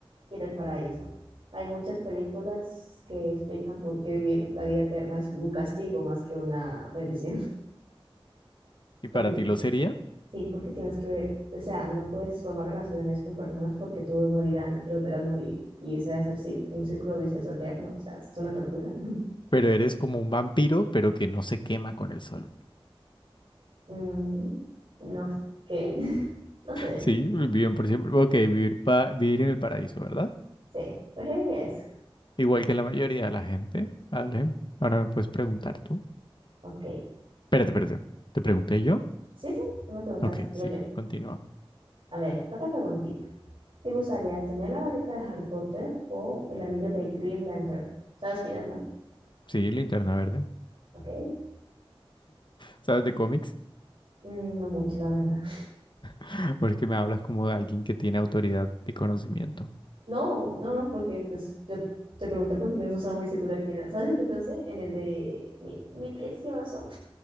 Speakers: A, on the right; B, on the left.
A: Ir al paraíso. Hay muchas películas que explican por qué vivir la vida eterna es un castigo más que una bendición. <laughs>
B: Y
A: Porque
B: para ti lo sería,
A: Sí, porque tienes que ver, o sea, no puedes formar relaciones con personas porque todos morirán y los verás morir y ese va a ser sí- un círculo vicioso eterno, o sea, es una tortura. Mm.
B: pero eres como un vampiro, pero que no se quema con el sol.
A: Mm, no, ¿qué? <laughs> No sé,
B: Sí, viven por siempre. Ok, vivir, pa- vivir en el paraíso, ¿verdad?
A: sí, preferiría eso.
B: Igual que la mayoría de la gente. Vale, ahora me puedes preguntar tú.
A: Ok,
B: Espérate, espérate. ¿Te pregunté yo?
A: sí, sí, tú me preguntas,
B: Ok,
A: digo
B: sí,
A: yo.
B: continúa.
A: A ver, otra preguntita. ¿Te gustaría tener la varita de Harry Potter o el anillo de Green Lantern? ¿Sabes quién es, no?
B: Sí, linterna verde.
A: Ok,
B: ¿Sabes de cómics?
A: Mm, no mucho, la verdad.
B: <laughs> Porque me hablas como de alguien que tiene autoridad y conocimiento.
A: No, no, no, porque pues yo te pregunté porque yo no estaba muy segura quién era. ¿Sabes en qué pensé? En el de mi, mi precioso.